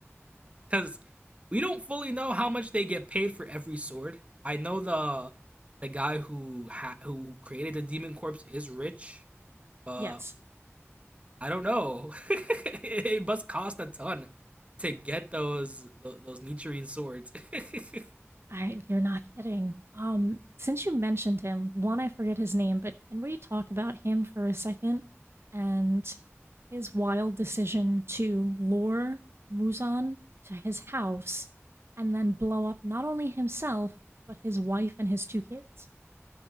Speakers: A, on the right (about 25°); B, on the right (about 60°).
A: Because we don't fully know how much they get paid for every sword. I know the the guy who ha- who created the Demon Corpse is rich, but
B: yes,
A: I don't know. <laughs> it must cost a ton to get those those, those Nichiren swords. <laughs>
B: I. You're not kidding. Um, since you mentioned him, one I forget his name, but can we talk about him for a second and his wild decision to lure Muzan to his house and then blow up not only himself but his wife and his two kids?